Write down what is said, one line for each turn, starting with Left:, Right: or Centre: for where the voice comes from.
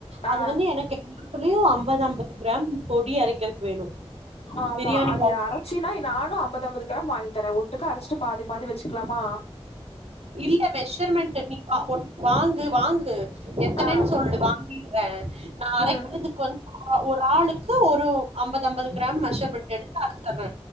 Left: ஆ
Right: அது வந்து எனக்கு <inaudible> <unintelligible> யு அம்பதம்பது கிராம் பொடி அரைக்கறக்கு வேணு
Left: ஆமா
Right: பிரியாணி
Left: அதைய
Right: பவுடர்
Left: அரச்சீனா நானோ அம்பதம்பது கிராம் வாங்கி தர ஒட்டுக்கா அரச்சிட்டு பாதி பாதி வெச்சுக்லாமா
Right: இல்ல மெஷர்மெண்ட்டு நீ வா ஒட் வாங்கு வாங்கு எத்தனன்
Left: ஆ
Right: சொல்லு வாங்கிட்ற‌ நா அரைக்கிறதுக்கு
Left: ம்
Right: வந் ஆ ஒட் ஒராளுக்கு ஒரு ஒ அம்பதம்பது கிராம் மெஷர்மண்ட் எடுத்து அரசர்ற